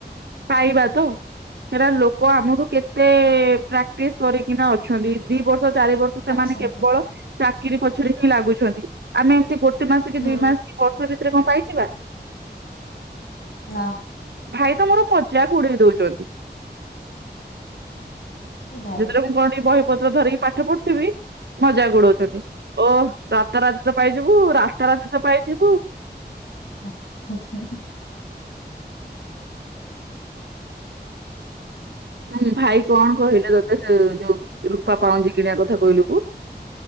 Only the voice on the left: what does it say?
ଅଛନ୍ତି
ହୁଁ
ନାଁ।
ଭାଇ
ହୁଁ ହୁଁ।